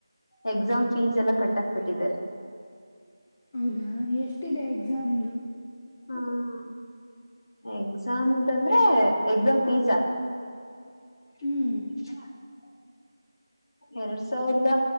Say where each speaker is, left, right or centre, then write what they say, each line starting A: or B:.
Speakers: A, on the left (about 70°); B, on the left (about 15°).
A: ಎಕ್ಸಾಮ್ ಫೀಸ್ ಎಲ್ಲ ಕಟ್ಟಾಕ್ ಬಿಟ್ಟಿದ್ದಾರೆ
B: ಹೌದಾ ಎಷ್ಟಿದೆ ಎಕ್ಸಾಮದುು
A: ಹಾ ಹಾ ಎಕ್ಸಾಮ್ಂದ್ರೆ ಎಕ್ಸಾಮ್ ಫೀಸಾ ಇಲ್ಲ
B: ಹ್ಮ್
A: ಎರಡ್ ಸಾವಿರದ